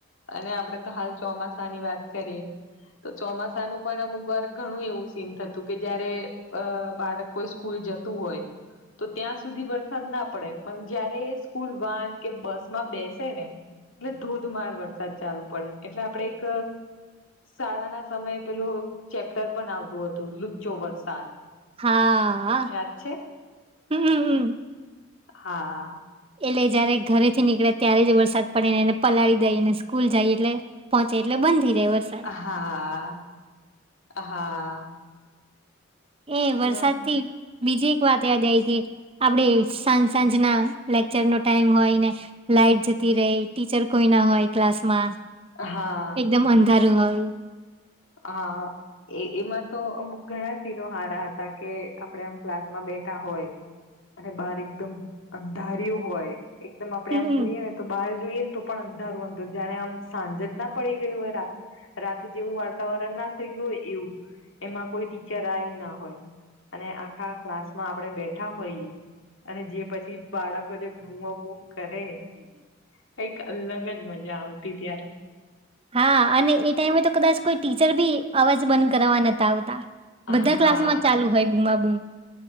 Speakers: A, on the left; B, on the right.
A: અને આપડે તો હાલ ચોમાસાની વાત કરીએ. તો ચોમાસાનું પણ અમુકવાર ઘણું એવું સીન થતું કે જયારે અ બાળક કોઈ સ્કૂલ જ તું હોય. તો ત્યાં સુધી વરસાદ ના પડે પણ જયારે સ્કૂલ વાન કે બસમાં બેસ ને એટલે ધોધમાર વરસાદ ચાલુ પડે એટલે આપડે એક શાળાના સમયે પેલું ચેપ્ટર પણ આવતું હતું લુચ્ચો વરસાદ.
B: હા
A: યાદ છે
B: હમ્મ.
A: હા.
B: એટલે જયારે એ ઘરેથી નીકળે ત્યારે જ વરસાદ પડે ને એને પલાળી દેય ને એ સ્કૂલ જાય એટલે પહોંચે એટલે બંધ થઈ જાય વરસ
A: હા હા.
B: એ
A: એટલે
B: વરસાદથી
A: એમ
B: બીજી એક વાત યાદ આઈ ગઈ. આપડે સાંજ સાંજના લેકચરનો ટાઈમ હોય ને લાઈટ જતી રેય ટીચર કોઈ ના હોય ક્લાસમાં.
A: હા
B: એકદમ અંધારું હોય.
A: હા. એ એમાં તો અમુક ઘણા સીનો હારા હતાં કે આપણે આમ ક્લાસમાં બેઠા હોય અને બાર એકદમ અંધાર્યું હોય એકદમ આપડે
B: હમ
A: આમ જોઈએ ને તો બહાર જોઈએ ને તો પણ અંધારું અંદર જાણે આમ સાંજ જ ના પડી ગઈ હોય રાત રાતે જેવું વાર્તાવરણ ના થઈ ગયું હોય એવું એમાં કોઈ ટીચર આવું ના હોય. અને આખા ક્લાસમાં આપણે બેઠા હોઈએ અને જે પછી બાળકો જે બુમા બૂમ કરે કઈક અલગ જ મજા આવતી ત્યારે.
B: હા અને એ ટાઈમે તો કદાચ કોઈ ટીચર બી અવાજ બંધ કરવાવા નતા આવતા. બધા
A: હા
B: ક્લાસમાં ચાલુ હોય બુમા બૂમ.